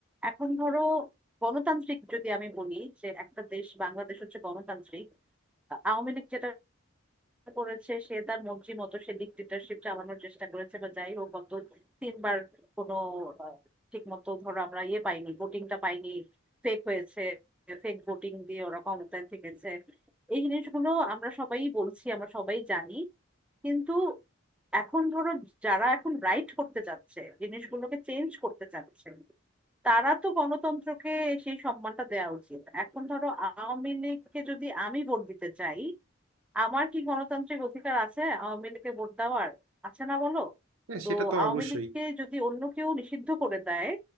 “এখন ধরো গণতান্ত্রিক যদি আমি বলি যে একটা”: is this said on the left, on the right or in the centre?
Centre